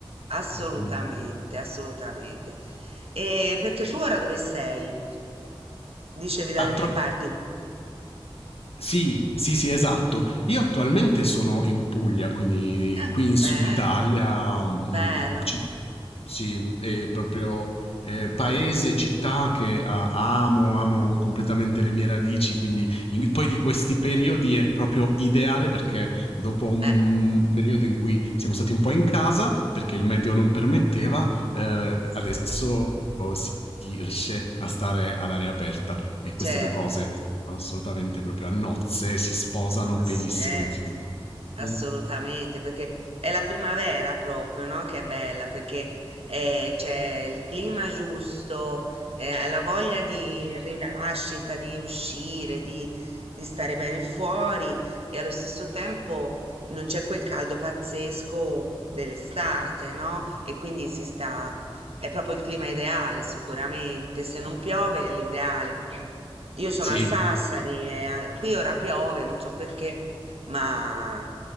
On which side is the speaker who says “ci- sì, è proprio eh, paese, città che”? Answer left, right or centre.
Left